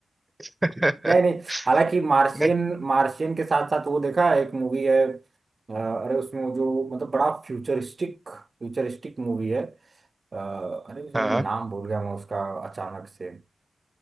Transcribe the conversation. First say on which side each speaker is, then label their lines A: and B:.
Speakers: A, on the right; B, on the right.
A: <laughs>
B: नहीं नहीं हालांकि मार्शियन
A: नहीं
B: मार्शियन के साथ साथ वो देखा है, एक मूवी है अ, अरे उसमें वो जो मतलब बड़ा फ्यूचरिस्टिक फ्यूचरिस्टिक मूवी है अ, अरे उसमें
A: हाँ
B: नाम भूल गया मैं उसका अचानक से